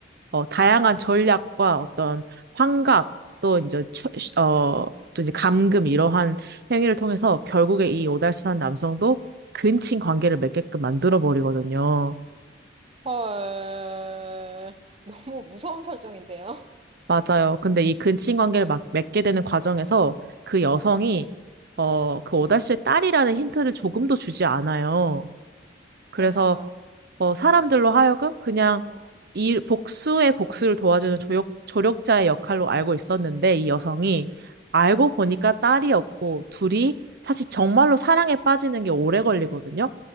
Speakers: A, on the right; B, on the right.
A: 어, 다양한 전략과 어떤 환각 또 이제 최- 어, 또 이제 감금 이러한 행위를 통해서 결국에 이 오달수란 남성도 근친 관계를 맺게끔 만들어 버리거든요.
B: 헐. 너무 무서운 설정인데요? <laughs>
A: 맞아요. 근데 이 근친 관계를 막 맺게 되는 과정에서 그 여성이 어, 그 오달수의 딸이라는 힌트를 조금도 주지 않아요. 그래서
B: 어머나.
A: 어, 사람들로 하여금 그냥
B: 어머,
A: 이 복수의 복수를 도와주는 조력, 조력자의 역할로 알고 있었는데 이 여성이 알고 보니까 딸이었고 둘이 사실 정말로 사랑에 빠지는 게 오래 걸리거든요.